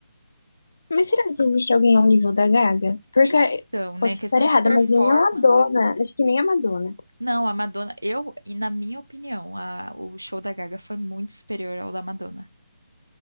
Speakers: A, on the left; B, on the right.
A: Mas será que existe alguém ao nível da Gaga? Porque,
B: Então, né,
A: posso
B: questão
A: estar errada,
B: de performance.
A: mas nem a Madonna. Acho que nem a Madonna.
B: Não, a Madonna, eu, e na minha opinião, a- o show da Gaga foi muito superior ao da Madonna.